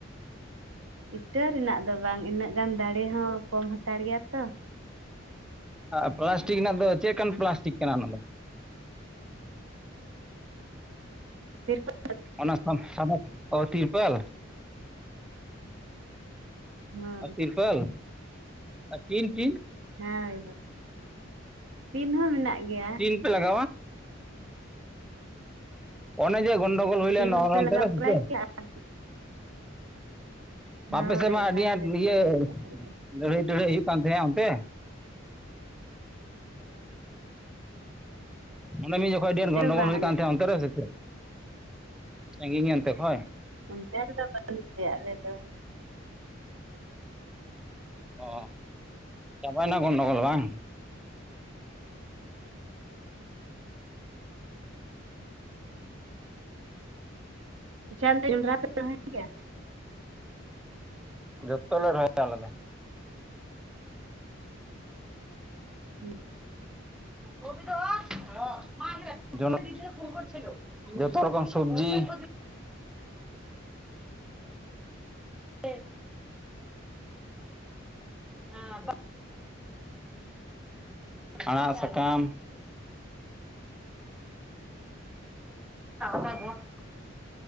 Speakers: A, on the right (about 80°); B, in the centre.
A: ᱤᱴᱟᱹ ᱨᱮᱱᱟᱜ ᱫᱚ ᱵᱟᱝ ᱤᱱᱟᱹᱜ ᱜᱟᱱ ᱫᱟᱲᱮ ᱦᱚᱸ ᱠᱚᱢ ᱦᱟᱛᱟᱲ ᱜᱮᱭᱟ ᱛᱚ
B: ᱟ ᱯᱞᱟᱥᱴᱤᱠ
A: ᱚᱱᱟᱛᱮ
B: ᱨᱮᱱᱟᱜ ᱫᱚ ᱪᱮᱫ ᱠᱟᱱ ᱯᱞᱟᱥᱴᱤᱠ ᱠᱟᱱᱟ ᱚᱱᱟ ᱫᱚ
A: ᱛᱤᱨᱯᱚᱞ,
B: ᱚᱱᱟ ᱥᱟ <unintelligible> ᱛᱤᱨᱯᱟᱹᱞ
A: ᱦᱳᱭ
B: ᱟ ᱛᱤᱨᱯᱟᱹᱞ ᱟᱨ ᱴᱤᱱ ᱴᱤᱱ
A: ᱦᱮᱸ ᱦᱟᱹᱭ ᱴᱤᱱ ᱦᱚᱸ ᱢᱮᱱᱟᱜ ᱜᱮᱭᱟ
B: ᱴᱤᱱ ᱯᱮ ᱞᱟᱜᱟᱣᱟ ᱚᱱᱮ ᱡᱮ ᱜᱚᱱᱰᱳᱜᱳᱞ ᱦᱩᱭ ᱞᱮᱱ
A: ᱴᱤᱱ ᱦᱚᱸᱞᱮ
B: ᱚᱱᱟ ᱦᱚᱱᱛᱮ
A: ᱞᱟᱜᱟᱣ
B: ᱨᱮ ᱥᱮ
A: ᱵᱟᱲᱟᱭ
B: ᱪᱮᱫ
A: ᱜᱮᱭᱟ ᱟᱨ ᱦᱳᱭ
B: ᱟᱯᱮ ᱥᱮᱫ ᱢᱟ ᱟᱹᱰᱤ
A: ᱨᱟᱱ
B: ᱟᱸᱴ
A: ᱛᱮᱨᱯᱚᱞ
B: ᱤᱭᱟᱹ
A: ᱞᱮ ᱞᱟᱜᱟᱣ ᱞᱮᱫᱟ
B: ᱞᱟᱹᱲᱦᱟᱹᱭ ᱴᱟᱹᱲᱦᱟᱹᱭ ᱦᱩᱭᱩᱜ ᱠᱟᱱ ᱛᱟᱦᱮᱸᱜ-ᱟ ᱚᱱᱛᱮ ᱚᱸᱰᱮ ᱢᱤᱫ ᱡᱚᱠᱷᱚᱡ ᱟᱹᱰᱤ ᱟᱸᱴ ᱜᱚᱱᱰᱜᱳᱞ
A: ᱱᱚᱛᱮ ᱫᱚ ᱵᱟᱝ
B: ᱦᱩᱭ
A: ᱟᱞᱮ
B: ᱠᱟᱱ ᱛᱟᱸᱦᱮᱱᱟ
A: ᱫᱚ
B: ᱚᱱᱛᱮ ᱨᱮ ᱥᱮᱫ ᱥᱟᱺᱜᱤᱧ ᱮᱱᱛᱮ ᱠᱷᱚᱭ
A: ᱚᱱᱛᱮ ᱨᱮᱫᱚ ᱛᱟᱦᱮᱱ ᱜᱮᱭᱟ ᱟᱞᱮ ᱫᱚ
B: ᱚ ᱪᱟᱵᱟᱭᱱᱟ ᱜᱚᱱᱰᱚᱜᱚᱞ ᱵᱟᱝ
A: ᱟᱪᱪᱷᱟ ᱫᱚ ᱡᱚᱸᱰᱨᱟ ᱛᱟᱸᱦᱮᱱ ᱜᱮᱭᱟ <unintelligible>
B: ᱡᱚᱛᱚ ᱞᱮ ᱨᱚᱦᱚᱭᱟ ᱟᱞᱮ ᱫᱚ
A: ᱦᱩᱸ
B: <unintelligible> ᱡᱚᱛᱚ ᱨᱚᱠᱚᱢ ᱥᱚᱵᱡᱤ ᱦᱮᱸ <unintelligible> ᱦ <unintelligible> ᱟᱲᱟᱜ ᱥᱟᱠᱟᱢ <unintelligible>